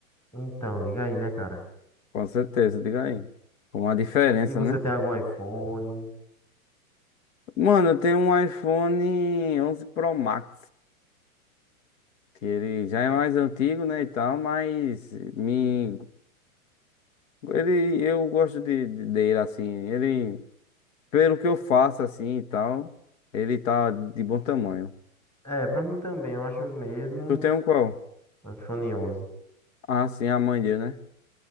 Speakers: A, in the centre; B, on the left.
A: Então, diga aí, né, cara?
B: Com certeza, diga aí. Com uma diferença,
A: E você
B: né?
A: tem algum iPhone?
B: Mano, eu tenho um iPhone 11 Pro Max. Que ele já é mais antigo, né, e tal, mas me... Ele, eu gosto de, de- dele, assim. Ele, pelo que eu faço, assim, e tal, ele tá de bom tamanho.
A: É, pra mim também, eu acho o mesmo.
B: Tu tem um qual?
A: um iPhone 11.
B: Ah, sim, a mãe dele, né?